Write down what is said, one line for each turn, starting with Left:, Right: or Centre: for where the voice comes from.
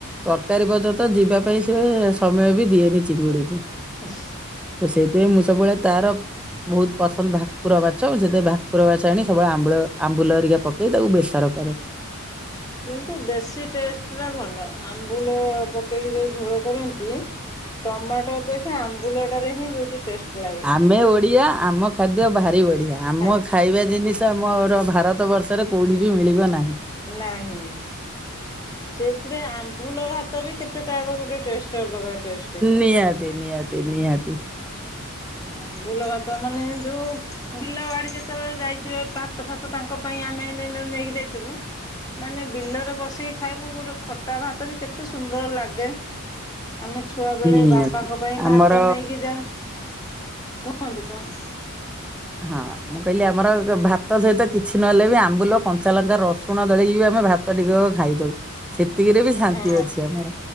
Centre: ତରକାରୀ ପର୍ଯ୍ୟନ୍ତ ଯିବା ପାଇଁ ସେ ସମୟ ବି ଦିଏନି ଚିଙ୍ଗୁଡିକୁ।
Left: <inaudible>
Centre: ତ ସେଇଥିପାଇଁ ମୁଁ ସବୁବେଳେ ତାର ବହୁତ ପସନ୍ଦ ଭାକୁର ମାଛ ସେଥିପାଇଁ ଭାକୁର ମାଛ ଆଣି ସବୁବେଳେ ଆମ୍ବଳ ଆମ୍ବୁଲ ହେରିକା ପକେଇ ତାକୁ ବେସର କରେ।
Left: କିନ୍ତୁ ଦେଶୀ ଟେଷ୍ଟ ଟା ଭଲ ଆମ୍ବୁଲ ପକେଇକି ଯୋଉ ଝୋଳ କରନ୍ତି। ଟମାଟୋ ଅପେକ୍ଷା ଆମ୍ବୁଲଟାରେ ହିଁ ବହୁ ଟେଷ୍ଟ। ଲାଗେ
Centre: ଆମେ ଓଡିଆ ଆମ ଖାଦ୍ୟ ଭାରି ବଢ଼ିଆ ଆମ
Left: ଖା
Centre: ଖାଇବା ଜିନିଷ ମୋର ଭାରତ ବର୍ଷରେ କଉଠି ବି ମିଳିବ ନାହିଁ।
Left: ନାହିଁ। ସେଥିରେ ଆମ୍ବୁଲ ଭାତ ବି କେତେ ତାର ଗୋଟେ ଟେଷ୍ଟ। ଅଲଗା ଟେଷ୍ଟ
Centre: ନିହାତି ନିହାତି ନିହାତି।
Left: ଆମ୍ବୁଲ ଭାତ ମାନେ ଯୋଉ ବିଲ ବାଡି ଯେତେବେଳେ ଯାଇଥିବେ ଭାତ ଫାତ ତାଙ୍କ ପାଇଁ ଆମେ ନେଇକି ଯାଇଥିବୁ। ମାନେ ବିଲରେ ବସିକି ଖାଇବୁ ଗୋଟେ ଖଟା ଭାତ ବି କେତେ ସୁନ୍ଦର ଲାଗେ। ଆମେ ଛୁଆ ବେଳେ
Centre: ନିହାତି
Left: ବାପାଙ୍କ ପାଇଁ
Centre: ଆମର
Left: ଭାତ ନେଇକି ଯାଉ। କୁହନ୍ତୁ କୁହନ୍ତୁ।
Centre: ହଁ ମୁଁ କହିଲି ଆମର ଭାତ ସହିତ କିଛି ନହେଲେ ବି ଆମ୍ବୁଲ କଞ୍ଚାଲଙ୍କା ରସୁଣ ଦଳିକି ଆମେ ଭାତ ଟିକକ ଖାଇଦଉ। ସେତିକିରେ ବି ଶାନ୍ତି
Left: ହଁ
Centre: ଅଛି ଆମର।